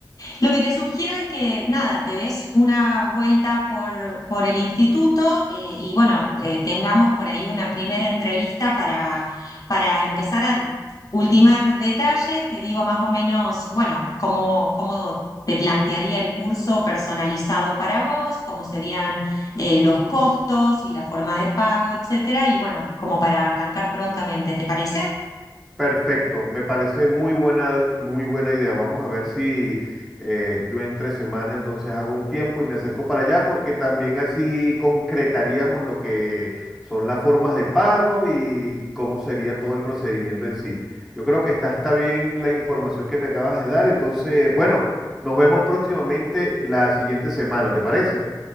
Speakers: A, on the left; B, in the centre.
A: Lo que te sugiero es que, nada, te des una vuelta por, por el instituto eh, y bueno, eh, tengamos por ahí una primera entrevista para, para empezar a ultimar detalles. Te digo más o menos, bueno, cómo, cómo te plantearía el curso personalizado para vos, cómo serían eh, los costos y la forma de pago, etcétera. Y bueno, como para arrancar prontamente, ¿te parece?
B: Perfecto, me parece muy buena, muy buena idea. Vamos a ver si eh, yo entre semana entonces hago un tiempo y me acerco para allá porque también así concretaríamos lo que son las formas de pago y cómo sería todo el procedimiento en sí. Yo creo que está, está bien la información que me acabas de dar, entonces, bueno, nos vemos próximamente la siguiente semana, ¿te parece?